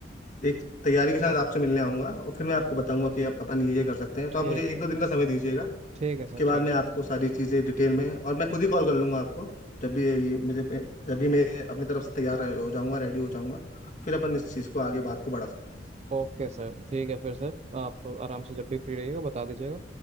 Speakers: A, on the left (about 45°); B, on the right (about 35°).
A: एक तैयारी के साथ आपसे मिलने आऊंगा और फिर मैं आपको बताऊंगा कि आप अपन ये ये कर सकते हैं तो
B: ठीक
A: आप मुझे एक
B: है
A: दो दिन का समय दीजिएगा
B: ठीक है सर
A: के बाद
B: ठीक
A: मैं आपको
B: है
A: सारी चीज़ें डिटेल में और मैं खुद ही कॉल कर लूंगा आपको जब भी ये- मुझे जब भी मैं अपनी तरफ से तैयार हो जाऊंगा रेडी हो जाऊंगा फिर अपन इस चीज़ को आगे बात को बढ़ा सकते हैं
B: ओके सर ठीक है फिर सर आप आराम से जब भी फ्री रहिएगा बता दीजिएगा